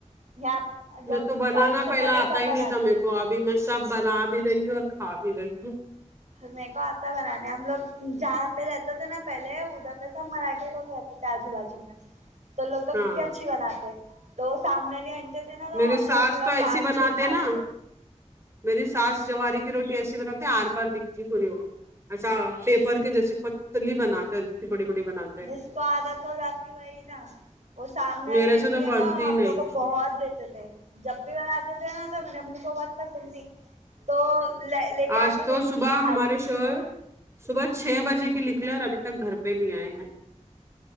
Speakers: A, on the right; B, on the right.
A: <unintelligible>
B: میں تو بنانا
A: شادی سے
B: پہلے آتا
A: سب
B: ہی
A: بناتی
B: نہیں تھا میرے
A: تھی
B: کو ابھی میں سب بنا بھی رہی ہوں اور کھا بھی رہی ہوں
A: میرے کو آتا بنانے ہم لوگ جہاں پے رہتے تھے نا پہلے ادھر پے سب مراٹھی لوگ رہتے تھے تے آجو بازو میں تو لوگ تو
B: ہاں
A: کتنی اچھی بناتے تو وہ سامنے انٹ ٹی تھے نا تو
B: میرے
A: ہم
B: ساس
A: لوگ
B: تو ایسی
A: پانچ
B: بناتے
A: چھ سال
B: نا
A: تھے
B: میری ساس جواری کی روٹی ایسی بناتی ہیں ہار پار دکھتی ہے پوری وہ ایسا پیپر کے جیسا پتلی بناتے اتنی بڑی بڑی بناتے ہے
A: جس کو عادت ہو جاتی وہی ڈالتے وہ سامنے والی
B: میرے
A: انٹی
B: سے تو
A: ہے
B: بنتی
A: نا ہم
B: ہی نہیں
A: لوگ کو بہت دیتے تھے جب بھی بناتے تھے نا تو میرے امی کو بہت پسند تھی تو لے لیکےآ
B: آج
A: کے
B: تو
A: دیتے
B: صبح
A: تھے سالن
B: ہمارے
A: کے
B: شوہر
A: ساتھ
B: صبح چھ بجے کی نکلے اور ابھی تک گھر پے نہیں ائیے ہیں